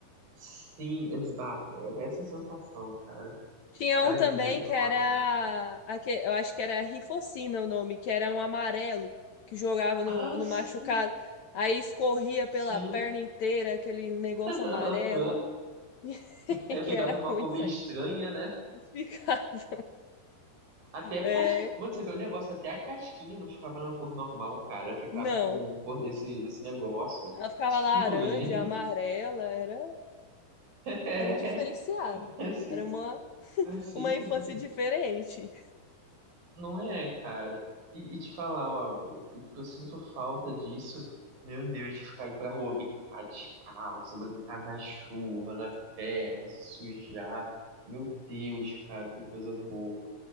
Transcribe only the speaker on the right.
Sim, exato, era essa a sensação, cara.
Ai,
misericórdia.
Ah,
sim,
sim.
<laughs>
É, ficava
uma
cor
meio
estranha, né?
Até a
cas Mano, você vê o negócio, até a casquinha não ficava na cor normal, cara. Ficava
com cor desse, desse negócio.
Tipo,
<laughs> gente.
É,
é assim,
é assim
mesmo.
Não é, cara. E, e te falar, ó, o que eu sinto falta disso, meu Deus, de ficar aí pra rua brincar descalço, brincar na chuva, na terra, se sujar. Meu Deus, cara, que coisa boa.